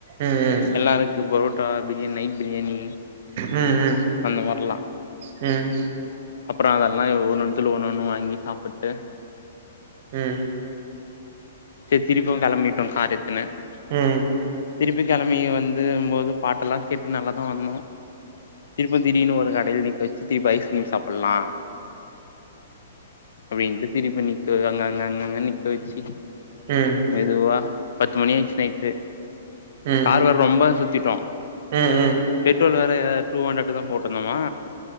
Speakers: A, on the right; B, on the left.
A: ம் ம் ம்
B: எல்லாருக்கு பரோ ட்டா பிரியாணி நைட் பிரியாணி
A: ம் ம்
B: அந்த மாரில்லா
A: ம்
B: அப்றோ அதெல்லா யொ ஒண்ணு ஒண்ணுத்துல ஒண்ணு ஒண்ணு வாங்கி சாப்பிட்டு
A: ம்
B: சேரி திரிப்பியு கெளம்பிட்டோ கார் எத்துனு
A: ம்
B: திருப்பி கெளம்பி இங்க வந்து போது பாட்டெல்லா கேட்டு நல்லா தா வந்தோ திருப்ப திடிர்னு ஒரு கடையில நிக்க வெ திரிப்பி ஐஸ்கிரீம் சாப் டல்லா அப்டின்ட்டு திரிப்பி நி கு அங்கங்க அங்கங்க நீ க்க வெச்சி
A: ம்
B: மெதுவா பத்து மணி ஆய்ச் சேரி
A: ம்
B: கார்வர்ர ரொம்ப சுத்திட்டோ
A: ம்
B: பெட்ரோல் வேற டூ ஹண்ட்ரட்தா போட்டுந்தமா